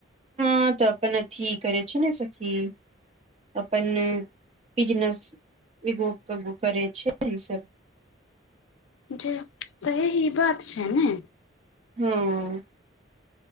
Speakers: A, on the right; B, on the left.
A: हँ तऽ अपन अथी करै छै ने सखी अपन बिजनेसो करै छै ई सब
B: जेब तऽ एहिह बात छै ने
A: हँ